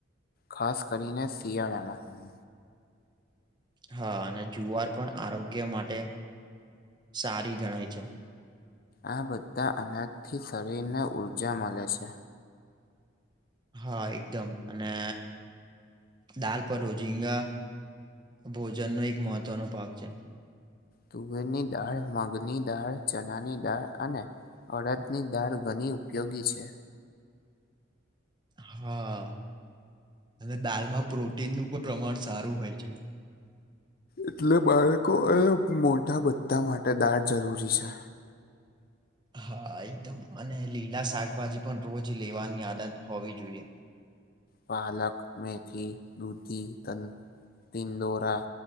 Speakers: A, on the left; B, on the right.
A: ખાસ કરીને શિયાળામાં.
B: હા અને જુવાર પણ આરોગ્ય માટે સારી ગણાય છે.
A: આ બધા અનાજથી શરીરને ઊર્જા મળે છે.
B: હા એકદમ અને. દાળ પર રોઝીંગા ભોજનનો એક મહત્વનો ભાગ છે.
A: તુવેરની દાળ મગની દાળ ચણાની દાળ અને. અળદની દાળ ઘણી ઉપયોગી છે.
B: હા અને દાળમાં પ્રોટીનનું પણ પ્રમાણ સારું હોય છે.
A: એટલે બાળકો એ મોટા બધા માટે દાળ જરૂરી છે.
B: હા એકદમ અને લીલા શાકભાજી પણ રોજ લેવાની આદત હોવી જોઈએ.
A: પાલક મેથી દૂધી તન. તિંદોરા